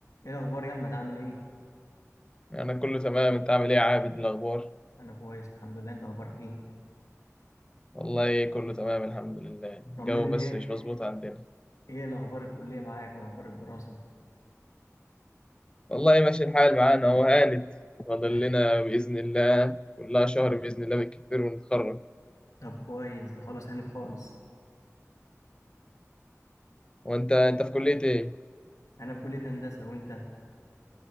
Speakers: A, on the left; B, on the left.
A: ايه الاخبار يا احمد عامل ايه
B: أنا كله تمام أنت عامل إيه يا عابد الأخبار؟
A: انا كويس الحمد لله انت اخبارك ايه
B: والله كله تمام الحمد لله
A: طمني
B: الجو بس
A: ايه
B: مش مظبوط عندنا
A: ايه الاخبار الكليه معاك واخبار الدراسه
B: والله ماشي الحال معانا هو هانت فاضل
A: تحكي
B: لنا بإذن الله كلها شهر بإذن الله بالكتير ونتخرج
A: طب كويس ده خلاص هانت خالص
B: وأنت أنت في كلية إيه؟
A: انا في كليه هندسه وانت